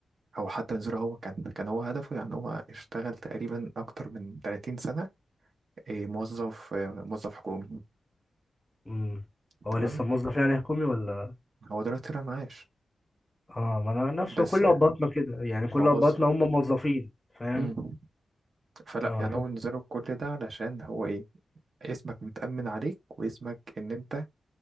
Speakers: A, on the right; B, on the left.
A: او حتى بالنسبه له هو كان كان هو هدفه يعني هو اشتغل تقريبا اكتر من 30 سنه إيه، موظف آه، موظف حكومي
B: امم هو
A: تمام
B: لسه موظف يعني حكومي ولا
A: هو دلوقتي طلع معاش
B: اه ما انا نفسه
A: بس
B: كل
A: آه،
B: ابهاتنا كده يعني كل
A: هو
B: ابهاتنا
A: بص
B: هم موظفين فاهم
A: مم. فلا
B: اه
A: يعني
B: ف...
A: هو بالنسبه له كل ده علشان هو ايه اسمك متأمن عليك واسمك ان انت